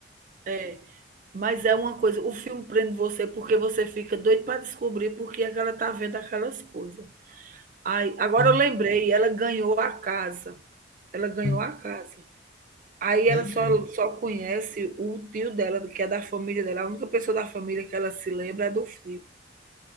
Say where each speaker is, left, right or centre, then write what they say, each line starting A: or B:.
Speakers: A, on the right (about 45°); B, on the left (about 70°).
A: É, mas é uma coisa, o filme prende você porque você fica doido para descobrir por que é que ela tá vendo aquelas coisas. Ai, agora
B: né?
A: eu lembrei, ela ganhou a casa. Ela ganhou
B: Hum,
A: a casa. Aí
B: legal.
A: ela só só conhece o tio dela, que é da família dela, a única pessoa da família que ela se lembra é do filho.